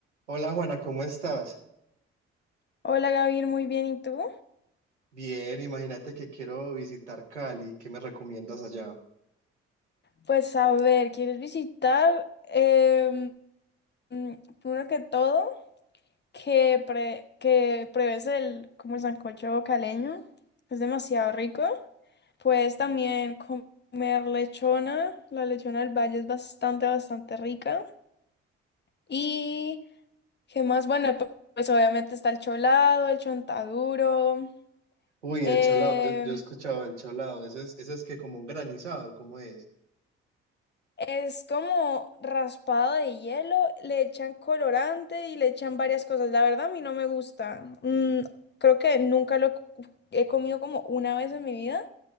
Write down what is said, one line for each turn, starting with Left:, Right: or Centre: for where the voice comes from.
Right: Hola Juana, ¿cómo estás?
Left: Hola Gabriel, muy bien, ¿y tú?
Right: Bien, imagínate que quiero visitar Cali, ¿qué me recomiendas allá?
Left: Pues a ver, ¿quieres visitar? Em, mm, primero que todo, que, pre- que pruebes el, como el sancocho caleño, es demasiado rico. Puedes también comer lechona, la lechona del valle es bastante, bastante rica. Y, ¿qué más? Bueno, pu- pues, obviamente está el cholado, el chontaduro,
Right: Uy,
Left: em,
Right: el cholado, yo, yo he escuchado el cholado, eso es, eso es que como un granizado, ¿cómo es?
Left: Es como raspado de hielo, le echan colorante y le echan varias cosas. La verdad, a mí no me gusta. Mm, creo que nunca lo cu- he comido como una vez en mi vida.